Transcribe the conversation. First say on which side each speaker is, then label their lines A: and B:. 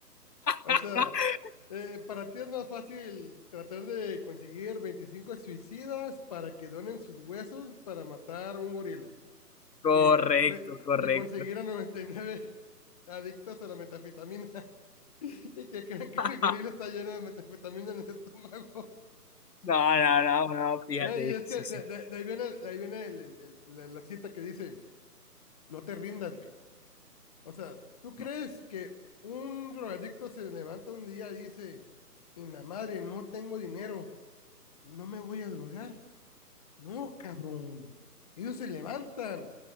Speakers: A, on the left; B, on the left.
A: O
B: <laughs>
A: sea, eh, para ti es más fácil tratar de conseguir 25 suicidas para que donen sus huesos para matar a un gorila
B: correcto,
A: que,
B: correcto.
A: que conseguir a 99 adictos a la metafetamina <laughs> y que crean que
B: <laughs>
A: el gorila está lleno de metafetamina en el estómago.
B: No, no, no, no, fíjate,
A: Eh, Y es que
B: sí,
A: de,
B: sí.
A: de- de ahí viene, el- ahí viene el- el- el- la, la cita que dice, no te rindas, güey. O sea, ¿tú crees
B: No.
A: que un drogadicto se levanta un día y dice, en la madre, no tengo dinero, no me voy a drogar? No, cabrón. Ellos se levantan